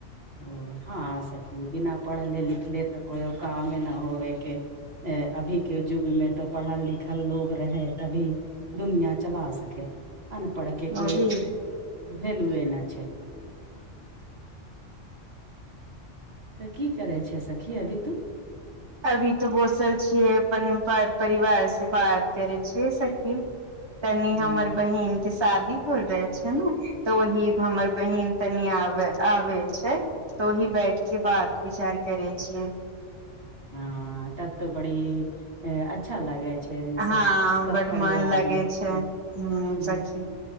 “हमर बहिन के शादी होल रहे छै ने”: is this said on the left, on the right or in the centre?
Right